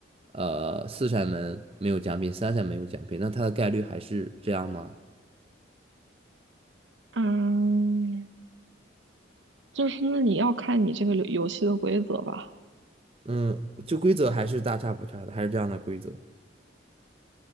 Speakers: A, on the right; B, on the right.
A: 呃，四扇门没有奖品，三扇门有奖品，那它的概率还是这样吗？
B: 嗯，就是那你要看你这个游游戏的规则吧。
A: 嗯，就规则还是大差不差的，还是这样的规则。